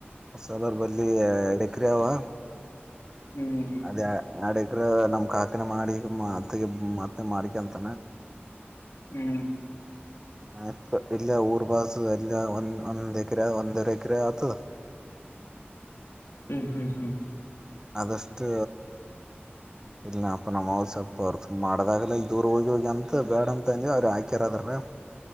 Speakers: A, on the right; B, on the left.
A: ಸಲರ್ ಬಲ್ಲಿ ಎಡಕ್ರ ಅವವ
B: ಹ್ಮ್
A: ಅದ ಆಡಗ್ರ ನಮ ಕಾಕನ ಮಾಡಿ ಮತ್ತ ಮತ್ತೆ ಮಾಡ ಿಕಂತ
B: ಹ್ಮ್
A: ಆ ಇಲ್ಲ ಊರ್ ಬಸ್ ಎಲ್ಲ ಒಂದ ಒಂದ ಎಕರೆ ಒಂದರೆ ಎಕರೆ ಅತ್ತು
B: ಹ್ಮ್ ಹ್ಮ್ ಹ್ಮ್ ಹ್ಮ್
A: ಆದಷ್ಟು ಇಲ್ಲ ಅಪ್ಪ ನಮ್ಮ್ರು ಸೊಪ್ಪಪ ಅವರ್ ಮಾಡದಾಗ ಇ ದೂರ ಹೋಗಿ ಹೋಗಿ ಅಂತ ಬೇಡ ಅಂತ ಅಂದವಿ ಅವ್ರ ಹಾಕ್ಯರದ್ರ <unintelligible>